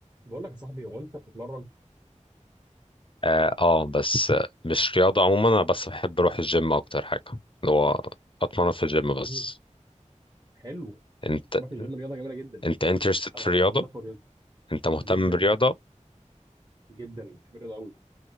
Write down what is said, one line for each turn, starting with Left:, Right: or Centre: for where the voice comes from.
Right: بقول لك يا صاحبي هو انت بتتمرن
Left: اه آه، بس آه، مش رياضة عموما انا بس بحب اروح الجيم اكتر حاجة اللي هو اتمرن في الجيم
Right: مم.
Left: بس
Right: حلو
Left: انت
Right: طبعا الجيم رياضه جميله جدا
Left: انت انترستد
Right: انا
Left: في الرياضة
Right: مصنفه رياضه
Left: انت مهتم
Right: جدا
Left: بالرياضة
Right: جدا بحب الرياضه قوي